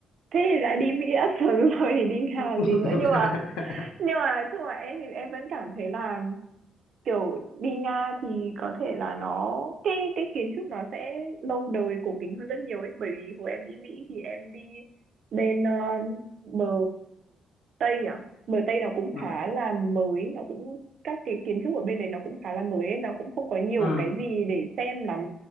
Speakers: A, on the right (about 60°); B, on the left (about 85°).
A: thế thì đã đi Mỹ đã sướng <laughs> rồi thì đi Nga làm
B: <laughs>
A: gì nữa nhưng mà nhưng mà chung là em thì em vẫn cảm thấy là kiểu đi Nga thì có thể là nó cái cái kiến trúc nó sẽ lâu đời cổ kính hơn rất nhiều ấy bởi vì hồi em đi Mỹ thì em đi bên ờ, bờ Tây à bờ Tây nó cũng
B: ừ
A: khá là mới nó cũng các cái kiến trúc ở bên đấy nó cũng khá là mới ấy. nó cũng không có nhiều
B: ừ
A: cái gì để xem lắm